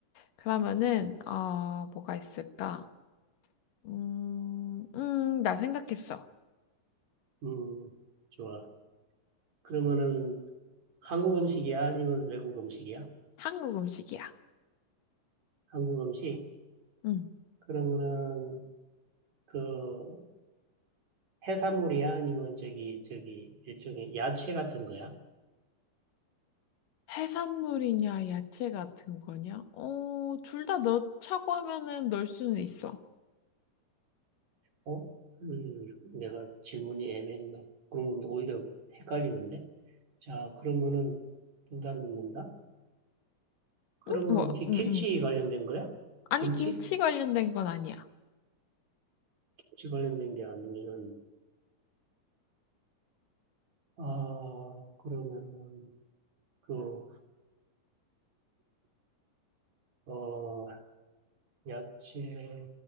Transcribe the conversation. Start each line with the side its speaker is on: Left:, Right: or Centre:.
Left: 그러면은, 어, 뭐가 있을까? 음, 음, 나 생각했어.
Right: 음, 좋아. 그러면은 한국 음식이야? 아니면 외국 음식이야?
Left: 한국 음식이야.
Right: 한국 음식?
Left: 응.
Right: 그러면은 그 해산물이야? 아니면 저기, 저기, 일종의 야채 같은 거야?
Left: 해산물이냐, 야채 같은 거냐? 어, 둘 다 넣자고 하면은 넣을 수는 있어.
Right: 어? 음, 내가 질문이 애매했네. 그러면 오히려 헷갈리는데? 자, 그러면은 둘 다 넣는다? 그러면
Left: 응? 뭐,
Right: 혹시
Left: 응,
Right: 김치
Left: 응.
Right: 관련된 거야?
Left: 아니,
Right: 김치?
Left: 김치 관련된 건 아니야.
Right: 김치 관련된 게 아니면은, 아, 그러면, 그, 어, 야채,